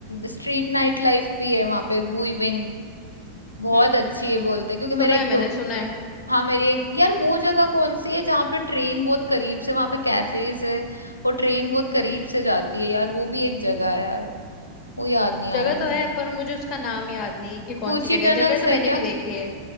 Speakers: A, on the left (about 80°); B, on the left (about 30°).
A: स्ट्रीट नाइट लाइफ भी है वहां पे बुईविन
B: हम्म
A: बहुत
B: हम्म
A: अच्छी
B: हम्म
A: है
B: हम्म
A: बोलते हैं क्योंकि मेरा
B: सुना
A: एक
B: है मैंने
A: दो
B: सुना है
A: हाँ मेरी एक यार वो जगह कौन सी है जहाँ पे ट्रेन बहुत करीब से वहां पे कैफेज है और ट्रेन बहुत करीब से जाती है यार वो भी एक जगह है यार वो याद नहीं
B: जगह
A: आ रहा मुझे
B: तो है पर मुझे उसका नाम याद नहीं है कि कौन
A: कूची
B: सी जगह
A: टनल्स
B: है जगह तो
A: है
B: मैंने
A: क्या
B: भी देखी है